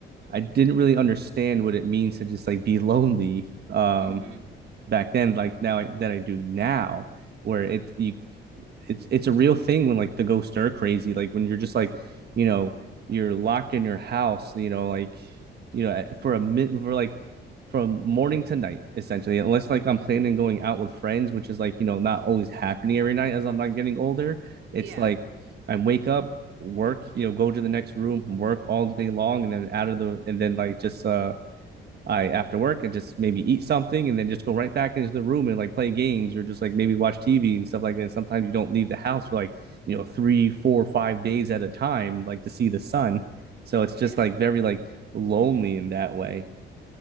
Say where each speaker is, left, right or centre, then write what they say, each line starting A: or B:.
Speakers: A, on the right; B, on the right.
A: I didn't really understand what it means to just like be lonely um
B: hmm
A: back then like now I, that I do now where it you it's it's a real thing when like the ghosts stir crazy like when you're just like you know you're locked in your house you know like you know for a minute for like from morning to night essentially unless like i'm planning on going out with friends which is like you know not always happening every night as i'm like getting older
B: Yeah.
A: it's like i wake up work you know go to the next room work all day long and then out of the and then like just uh I after work and just maybe eat something and then just go right back into the room and like play games or just like maybe watch TV and stuff like that. And sometimes you don't leave the house for like, you know, three, four, five days at a time, like to see the sun. So it's just
B: Yeah.
A: like very like lonely in that way.